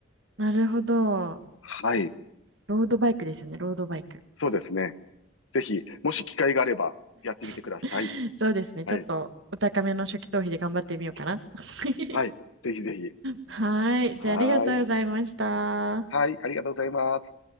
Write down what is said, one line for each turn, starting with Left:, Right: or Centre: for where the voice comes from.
Right: なるほど。
Left: はい。
Right: ロードバイクですよね、ロードバイク。
Left: そうですね。ぜひ、もし機会があれば、やってみてください。
Right: <laughs> そうですね、ちょっとお高めの初期投資で頑張ってみようかな。
Left: はい。
Right: <laughs>
Left: はい。ぜひぜひ。
Right: はい、
Left: はーい。
Right: じゃあありがとうございました。
Left: はい。ありがとうございます。